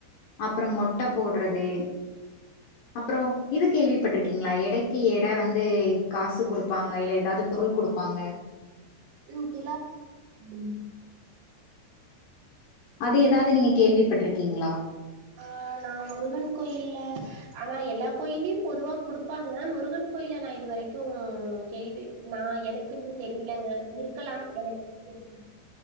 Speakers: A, on the left; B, on the right.
A: அப்றம் மொட்ட போட்றது அப்றோ இது கேள்விப்பட்டிருக்கீங்ளா எடைக்கு எட வந்து காசு குடுப்பாங்க இல்ல ஏதாது பொருள் குடுப்பாங்க
B: <unintelligible>
A: அது ஏதாது நீங்க கேள்விப்பட்ருக்கீங்ளா
B: ஆ நா முருகன் கோயில்ல ஆனா எல்லா கோயிலையு பொதுவா குடுப்பாங்க முருகன் கோயில நா இது வரைக்கு கேள்வி நா எனக்குன்னு தெரியலங்க இருக்கலா எனக் <inaudible>